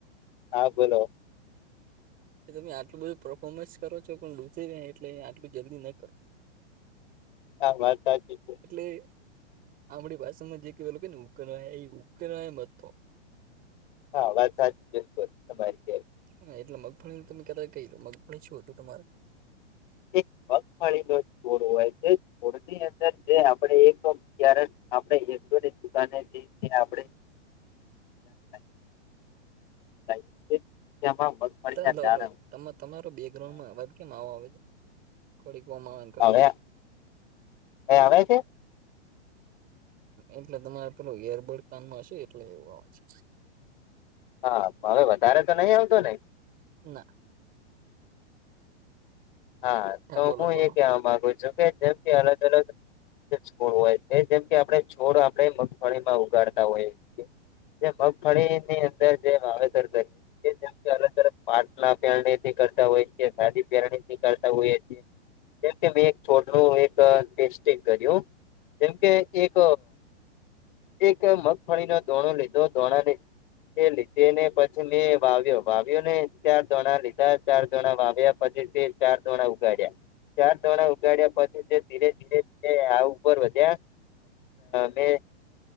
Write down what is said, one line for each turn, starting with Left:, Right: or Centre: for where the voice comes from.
Left: હા, બોલો
Right: એ તમે આટલુ બધું પરફોર્મન્સ કરો છો પણ ડૂસી ને એટલે આટલું જલ્દી ન કરો.
Left: હા, વાત સાચી છે
Right: એટલે આપડી ભાષામાં જે કેવાય ને ઉકનાઈ એ ઉકેનાઈ મથો
Left: હા, વાત સાચી બિલકુલ તમારી
Right: હા, એટલે મગફળીનું તમે કેતા કઈ મગફળી શું હતું, તમારે
Left: એક મગફાળીનો છોડ હોય છે, છોડની અંદર જે આપણે એક તોર આપણે એકની દુકાને આપણે, <unintelligible> મગફળીના
Right: ચાલ,
Left: દાણા
Right: હલો. તમારો બેકગ્રાઉન્ડમાં અવાજ કેમ આવો આવે છે? ખોડીકવામાં
Left: હવે એ આવે છે.
Right: એટલે તમારે પેલું એરબર્ડ કાનમાં હશે, એટલે એવું આવે.
Left: હા, હવે વધારે તો નહીં આવતો નઈ?
Right: હા.
Left: હા, તો
Right: બોલો
Left: હું
Right: બોલો
Left: એ કેહેવા માગુ છું કે, જેમથી અલગ અલગ હોય છે, જેમ કે આપણે છોડ આપણેે મગફળીમાં ઉગાડતા હોય. જે મગફળી ની અંદર જે વાવેતર થાય છે. એ જેમ કે અલગ અલગ પાટણ ના પહેરણીથી કરતા હોય છે, દાદી પહેરણી કરતા હોય છે. જેમકે મેં એક છોડનું એક ટેસ્ટિંગ કર્યું. જેમકે એક એક મગફળીનો દોણો લીધો, દોણા એ લીધે ને પછી મેં વાવ્યો, વાવ્યો ને ચાર દોણા લીધા. ચાર દોણા વાવ્યા. પછીથી ચાર ધણા ઉગાડ્યા. ચાર દાણા ઉગાડ્યા પછી, તે ધીરે ધીરે ધીરે આ ઉપર વધ્યા. મે <unintelligible>